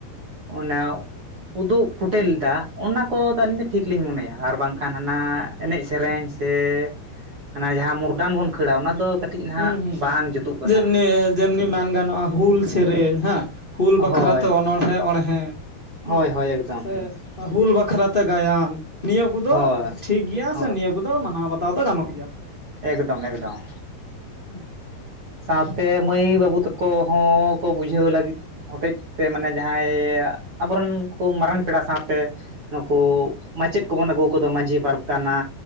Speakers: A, on the right (about 50°); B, on the left (about 65°).
A: ᱚᱱᱟ ᱩᱫᱩᱜ ᱯᱷᱩᱴ ᱢᱮᱞ ᱮᱫᱟ᱾ ᱚᱱᱟ ᱠᱚᱫᱚ ᱟᱹᱞᱤᱧ ᱫᱚ ᱴᱷᱤᱠ ᱞᱤᱧ ᱢᱚᱱᱮᱭᱟ ᱟᱨ ᱵᱟᱝᱠᱷᱟᱱ ᱦᱟᱱᱟ ᱮᱱᱮᱡ ᱥᱮᱨᱮᱧ ᱥᱮ ᱚᱱᱟ ᱡᱟᱦᱟᱸ ᱢᱚᱨᱰᱟᱱ ᱵᱚᱱ ᱠᱷᱟᱹᱲᱟ ᱚᱱᱟ ᱫᱚ ᱠᱟᱹᱴᱤᱡ ᱠᱟᱹᱴᱤᱡ ᱱᱟᱦᱟᱜ
B: ᱦᱩᱸ ᱦᱩᱸ
A: ᱵᱟᱝ ᱡᱩᱛᱩᱜ ᱠᱟᱱᱟ᱾
B: ᱡᱮᱢᱱᱤ ᱡᱮᱢᱱᱤ ᱢᱮᱱ ᱜᱟᱱᱚᱜᱼᱟ, ᱦᱩᱞ ᱥᱮᱨᱮᱧ ᱦᱮᱸ ᱦᱩᱞ ᱵᱟᱠᱷᱨᱟ
A: ᱦᱳᱭ
B: ᱛᱮ ᱚᱱᱚᱦᱮ ᱦᱮᱸ
A: ᱦᱳᱭ ᱦᱳᱭ ᱮᱠᱫᱚᱢ
B: ᱥᱮ ᱦᱩᱞ ᱵᱟᱠᱷᱨᱟ ᱛᱮ ᱜᱟᱭᱟᱱ-ᱼ ᱱᱤᱭᱟᱹ ᱠᱚᱫᱚ
A: ᱦᱳᱭ
B: ᱴᱷᱤᱠ ᱜᱮᱭᱟ
A: ᱦᱳᱭ
B: ᱥᱮ ᱱᱤᱭᱟᱹ ᱠᱚᱫᱚ ᱢᱟᱱᱟᱣ ᱵᱟᱛᱟᱣ ᱫᱚ ᱜᱟᱱᱚᱜ ᱜᱮᱭᱟ᱾
A: ᱮᱠᱫᱚᱢ ᱮᱠᱫᱚᱢ᱾
B: ᱦᱩᱸ <unintelligible>
A: ᱥᱟᱶᱛᱮ ᱢᱟᱹᱭ ᱵᱟᱹᱵᱩ ᱛᱟᱠᱚ ᱦᱚᱸ ᱠᱚ ᱵᱩᱡᱷᱟᱹᱣ ᱞᱟᱹᱜᱤᱫ ᱦᱚᱛᱮᱡ ᱛᱮ ᱢᱟᱱᱮ ᱡᱟᱦᱟᱸᱭ ᱟᱵᱚᱨᱮᱱ ᱠᱚ ᱢᱟᱨᱟᱝ ᱯᱮᱲᱟ ᱥᱟᱶᱛᱮ ᱱᱩᱠᱩ ᱢᱟᱪᱮᱫ ᱠᱚᱵᱚᱱ ᱟᱹᱜᱩ ᱠᱚᱫᱚ ᱢᱟᱹᱡᱷᱤ ᱯᱟᱨᱜᱟᱱᱟ